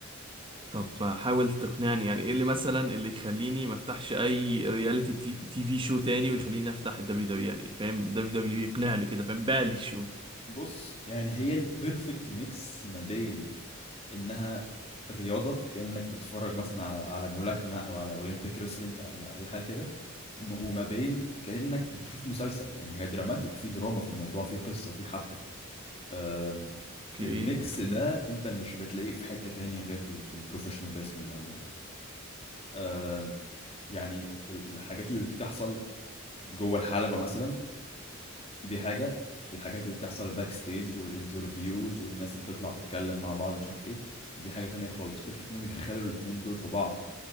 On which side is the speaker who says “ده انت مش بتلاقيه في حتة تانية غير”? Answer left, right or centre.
Left